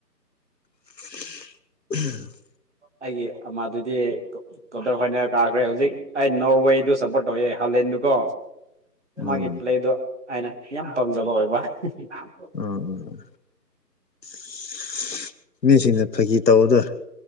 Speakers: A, on the left; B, on the right.
A: <unintelligible>
B: ꯑꯩꯒꯤ ꯑꯃꯗꯨꯗꯤ <unintelligible> ꯀ꯭ꯋꯥꯇꯔꯐꯥꯏꯅꯦꯜ ꯀꯥꯈ꯭ꯔꯦ ꯍꯧꯖꯤꯛ ꯑꯩ ꯅꯣꯔꯋꯦꯗꯨ ꯁꯞꯄꯣꯔꯠ ꯇꯧꯋꯦ ꯍꯥꯂꯦꯟꯗꯨꯀꯣ
A: ꯎꯝ
B: ꯃꯥꯒꯤ ꯄ꯭ꯂꯦꯗꯣ ꯑꯩꯅ ꯌꯥꯝ ꯄꯥꯝꯖꯕ ꯑꯣꯏꯕ <unintelligible>
A: ꯑꯥ ꯑꯥ ꯑ <unintelligible> ꯃꯤꯁꯤꯡꯅ ꯐꯥꯒꯤ ꯇꯧꯕꯗꯣ